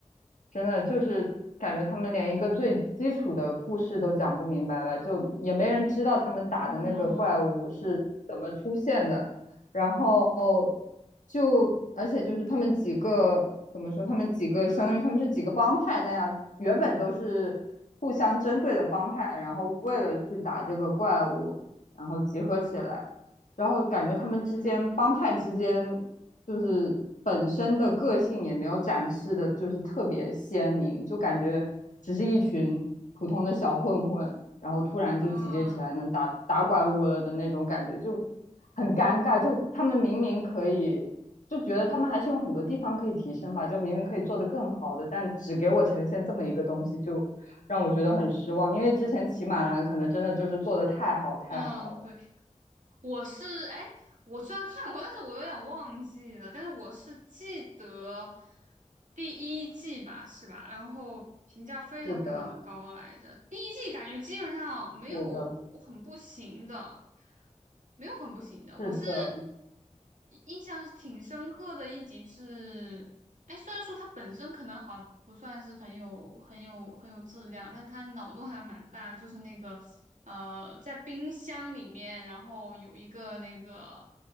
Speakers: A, on the left; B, on the right.
A: 真的就是感觉他们连一个最基础的故事都讲不明白吧，就也没人知道他们打的那个怪物是怎么出现的，
B: 嗯
A: 然后就而且就是他们几个怎么说，他们几个相当于他们是几个帮派那样，原本都是互相针对的帮派，然后为了去打这个怪物，然后集合起来。然后感觉他们之间帮派之间
B: 嗯，
A: 就是本身的个性也没有展示的，就是特别鲜明，就感觉只是一群普通的小混混，然后突然就集结起来能打打怪物了的那种感觉，
B: 然后，
A: 就很尴尬。就他们明明可以，就觉得他们还是有很多地方可以提升吧，就明明可以做得更好的，但只给我呈现这么一个东西，就让我觉得很失望。因为之前骑马兰可能真的就是做的太好太好了。
B: 嗯，对。我是哎，我虽然看过，但是我有点忘记了。但是我是记得第一季吧，是吧？然后评价非常非常的高来着。
A: 是的，
B: 第一季感觉基本上没有
A: 是的，
B: 很不行的，没有很不行的。我是
A: 是的。
B: 印象挺深刻的一集是，哎，虽然说它本身可能好像不算是很有很有很有质量，但它脑洞还蛮大的，就是那个呃，在冰箱里面，然后有一个那个